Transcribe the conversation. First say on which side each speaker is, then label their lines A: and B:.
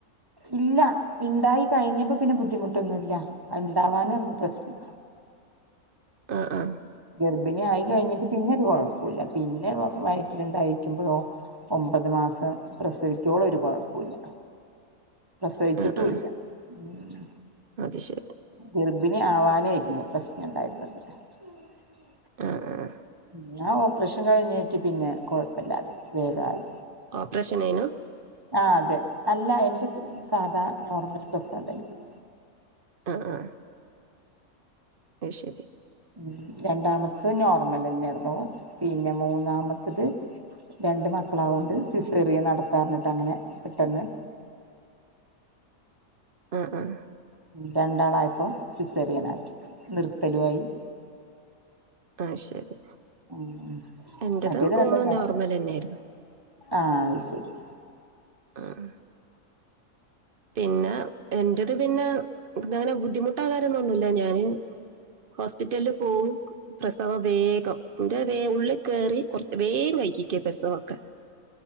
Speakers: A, on the right; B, on the right.
A: ഇല്ല ഇണ്ടായി കഴിഞ്ഞപ്പോ പിന്നെ ബുദ്ധിമുട്ടൊന്നുല്ല. അത് ഇ ണ്ടാവാനാർന്നുപ്രശ്നം.
B: ആഹ് ആഹ്
A: ഗർഭിണി ആയി കഴിഞ്ഞിട്ട് പിന്നെ ഒരു കൊഴ്പ്പുല്ല പിന്നെ വയറ്റിലുണ്ടായിരിക്കുമ്പഴോ ഒമ്പത് മാസം പ്രസവിക്കോളം ഒരു കൊഴ്പ്പുല്ല. പ്രസവിച്ചിട്ടും
B: ആ ആ
A: ഇല്ല ഉം
B: അത് ശരി.
A: ഗർഭിണി ആവാനായിർന്നു പ്രശ്നം ഇണ്ടായിർന്നത്. <inaudible>
B: ആഹ് ആഹ്
A: പിന്നെ ആ ഓപ്പറേഷൻ കഴിഞ്ഞേക്ക് പിന്നെ കൊഴപപ്പല്ലാതെ വേഗായി.
B: ഓപ്പറേഷൻനേനു?
A: ആഹ് അതെ അല്ല എന്റെ സി സാധാ നോർമൽ പ്രസവം തന്നെയാണ്.
B: ആഹ് ആഹ് അത് ശരി
A: ഉം രണ്ടാമത്തത് നോർമൽ തന്നെയായിരുന്നു. പിന്നെ മൂന്നാമത്തത് രണ്ട് മക്കളാവുകൊണ്ട് സിസേറിയ നടത്താർഞ്ഞിട്ട് അങ്ങനെ പെട്ടെന്ന്
B: ആഹ് ആഹ്
A: രണ്ടാളായപ്പോ സിസേറിയനാക്കി നിർത്തലും ആയി
B: ആഹ് ശരി
A: ഉം
B: എന്റത്
A: മറ്റേത്
B: മൂന്നും
A: രണ്ടും നോ
B: നോർമൽ തന്നെയിർന്നു
A: ആഹ് അയ് ശരി
B: ആഹ് പിന്നെ എന്റത് പിന്നെ അങ്ങനെ ബുദ്ധിമുട്ടാകാരന്നൊന്നുല്ല ഞാന് ഹോസ്പിറ്റല്ല് പോകും പ്രസവം വേഗം എന്റെ വേ ഉള്ളിൽ കേറി കുറച്ച് വേഗം കഴിക്കിക്കേ പ്രസവൊക്കെ